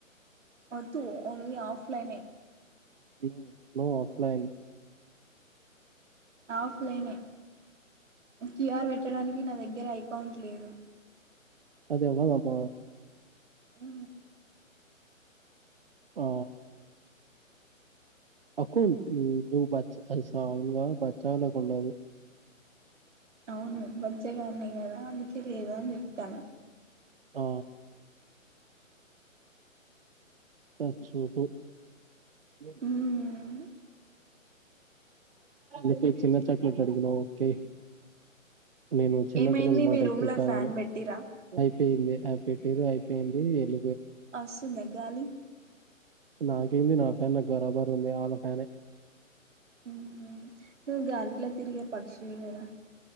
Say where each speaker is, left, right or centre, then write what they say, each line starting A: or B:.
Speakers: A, on the right; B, on the right.
A: వద్దు ఓన్లీ ఆఫ్లైనే
B: నో నో ఆఫ్లైన్
A: ఆఫ్లైనే క్యూఆర్ పెట్టడానికి నా దగ్గర ఏకౌంట్ లేదు
B: అది అవ్వదమ్మ
A: హ్
B: ఆ అకౌంటు నువ్ బచ్చ అరె సా ను బచ్చాగాళ్ళకుండదు
A: అవున్లే బచ్చగాన్ని కదా అందుకే లేదు అని చెప్తన్నా
B: ఆ త చోటు ఏ
A: హ్మ్
B: ఒకే చిన్న చాక్లట్ అడుగుతా ఓకే నేను చిన్నపిల్లల
A: ఏమైంది
B: మాట
A: మీ రూమ్లో
B: ఎప్పుడు కాదనను
A: ఫ్యాన్ పెట్టిరా
B: పోయింది అది పెట్టరు అయిపోయింది ఎల్
A: ఓసుందా గాలి
B: నాకేంది నా ఫ్యాన్ నాకు బరాబర్ ఉంది ఆళ్ళ ఫ్యానే
A: హ్మ్ నువ్వు గాలి లో తిరిగే పక్షివి కదా